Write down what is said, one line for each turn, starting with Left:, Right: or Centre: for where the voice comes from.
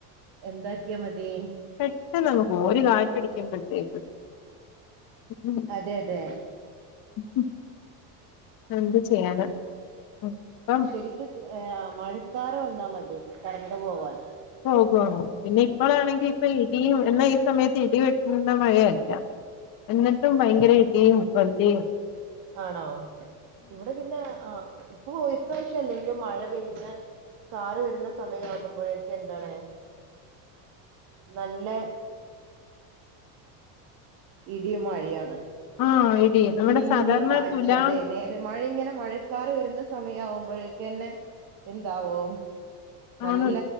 Right: എന്താക്കിയാ മതി
Left: പെട്ടെന്ന് അങ്ങ് പോവും ഒര് കാറ്റടിക്കുമ്പഴ്‌ത്തേക്ക് <unintelligible>
Right: അതെ അതെ
Left: ഉം എന്ത് ചെയ്യാന അപ്പം
Right: ശെരിക്ക്‌ ഏഹ് മഴക്കാറ് വന്നാ മതി കറണ്ട് പോവാൻ
Left: പോകു പിന്നെ ഇപ്പളാണെങ്കി ഇപ്പ ഇടിയും എന്ന ഈ സമയത്ത് ഇടി വെട്ട്ന്ന മഴയല്ല എന്നിട്ടും ഭയങ്കര ഇടിയും കൊല്ല്യയും
Right: ആണോ ഇവടെ പിന്നെ ആ ഇപ്പൊ ഇപ്രാവശ്യം അല്ലെങ്കിലും മഴ പെയ്യുന്ന കാറ് വെരുന്ന സമയം ആകുമ്പഴേക്ക്‌ എന്താണ് നല്ല ഇടിയും മഴയാണ്
Left: ആഹ് ഇടി നമ്മുടെ
Right: മിന്ന്
Left: സാധാരണ
Right: കാറ്റ്
Left: തുലാം
Right: അതെ നേരം മഴങ്ങന മഴക്കാറ് വെരുന്ന സമയാകുമ്പഴേക്കന്നെ എന്താവും നല്ല
Left: ആണ്